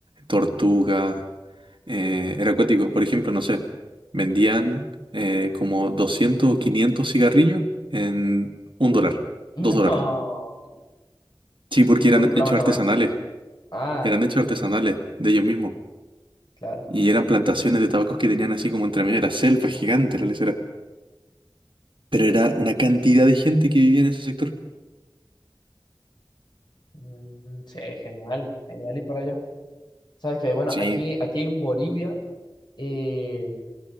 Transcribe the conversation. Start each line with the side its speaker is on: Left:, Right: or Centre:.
Right: tortuga. eh, era acuático. Por ejemplo, no sé, vendían eh, como 200 o 500 cigarrillos en un dólar,
Left: <laughs>
Right: dos dólares.
Left: No.
Right: Sí, porque eran
Left: Contrabando
Right: hechos artesanales.
Left: máximo. Ah,
Right: Eran hechos artesanales de ellos mismos.
Left: claro.
Right: Y eran plantaciones de tabacos que tenían así como entre medio de la selva gigante, la lesera. Pero era una cantidad de gente que vivía en ese sector.
Left: Mm, sí, genial. Genial ir para allá. Sabes que, bueno,
Right: Sí.
Left: aquí, aquí en Bolivia eh,